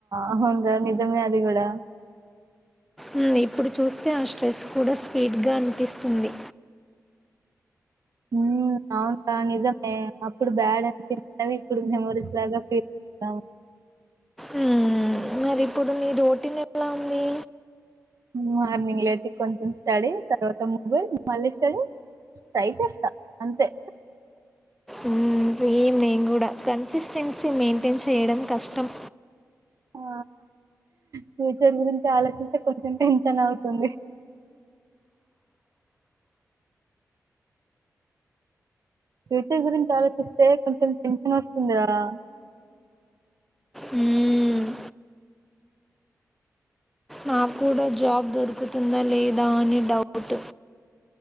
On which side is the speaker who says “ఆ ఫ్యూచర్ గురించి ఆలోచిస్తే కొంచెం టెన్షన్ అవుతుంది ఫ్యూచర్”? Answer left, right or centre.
Right